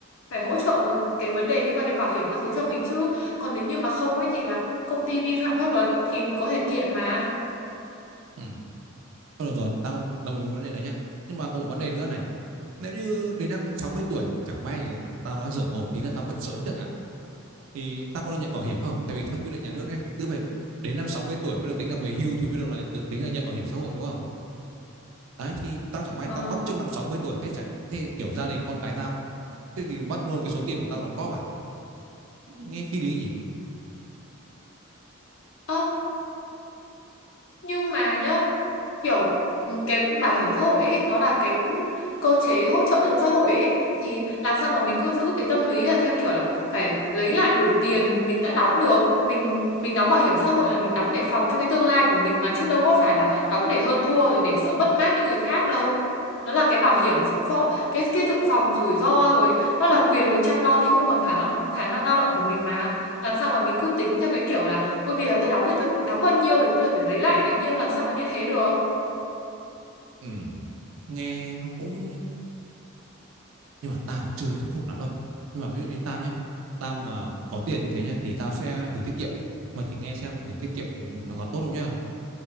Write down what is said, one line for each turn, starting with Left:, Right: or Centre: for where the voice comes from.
Left: phải hỗ trợ về cái vấn đề liên quan đến bảo hiểm các thứ cho mình chứ còn nếu như mà không ấy thì là công ty vi phạm pháp luật thì mình có thể kiện mà
Right: Ừ. Thôi được rồi tao đồng ý với vấn đề đấy nhá nhưng mà có một vấn đề nữa này nếu như đến năm 60 tuổi chẳng may tao nói dở mồm tí là tao mất sớm chẳng hạn thì tao có được nhận bảo hiểm không tại vì theo quy định nhà nước này phải cứ phải đến năm 60 tuổi mới được tính là về hưu thì mới được là được tính là nhận bảo hiểm xã hội đúng không đấy thì tao chẳng may
Left: ờ
Right: tao mất trước năm sáu mươi tuổi thế chả, thế kiểu gia đình con cái tao thế thì mất luôn cái số tiền mà tao đóng góp à nghe phi lý nhỉ
Left: Ơ, nhưng mà nhá kiểu ừ, cái bảo hiểm xã hội ấy, nó là cái cơ chế hỗ trợ trong xã hội ấy, thì làm sao mà mình cứ giữ cái tâm lý là theo kiểu là phải lấy lại đủ tiền mình đã đóng được mình mình đóng bảo hiểm xã hội là mình đóng để phòng cho cái tương lai của mình mà chứ đâu có phải là đóng để hơn thua rồi để sợ mất mát với người khác đâu nó là cái bảo hiểm dự phòng cái cái dự phòng rủi ro rồi nó là quyền được chăm lo khi không còn khả năng khả năng lao động của mình mà làm sao mà mình cứ tính theo cái kiểu là Ui bây giờ tôi đóng thì tôi đóng bao nhiêu thì tôi phải lấy lại bấy nhiêu làm sao mà như thế được
Right: Ừ, nghe nó cũng nhưng mà tao chưa thuyết phục lắm đâu nhưng mà ví dụ như tao nhá tao mà có tiền như thế nhá thì tao sẽ gửi tiết kiệm mày thử nghe xem gửi tiết kiệm nó có tốt không nhá